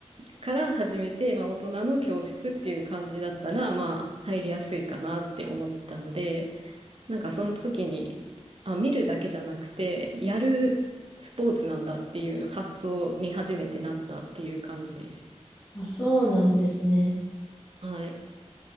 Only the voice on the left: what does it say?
あ、そうなんですね。